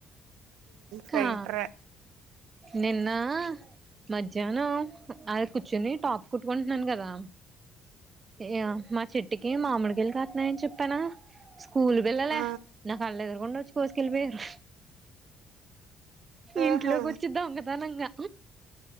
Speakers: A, on the right; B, on the right.
A: కా
B: ఫైటరే
A: నిన్న మధ్యాహ్నం ఆది కూర్చుని టాప్ కుట్టుకుంటున్నాను కదా ఏ మా చెట్ ఇటికి మామడికిెళ్ళి కతున్నాయని చెప్పానా స్కూల్ వెళ్ళాల
B: ఆ
A: నా కళ్ళ దగ్గరకుండడా వచ్చి కోసుకెళ్ళిపోయారు ఇంట్లోకి
B: ఆహా
A: వచ్చిద్దాంంగ తనం ఆ